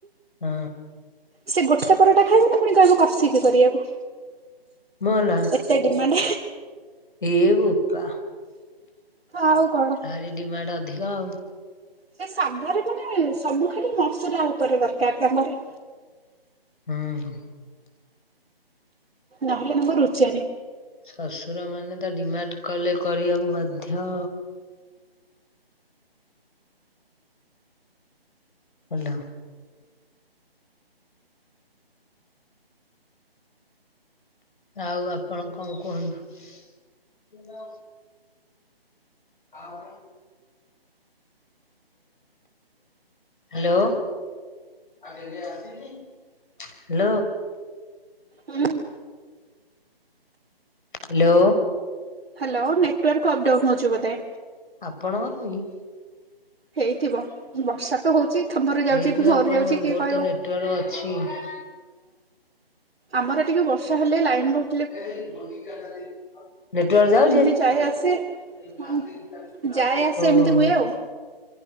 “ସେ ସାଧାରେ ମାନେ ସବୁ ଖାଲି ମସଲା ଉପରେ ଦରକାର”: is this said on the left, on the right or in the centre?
Right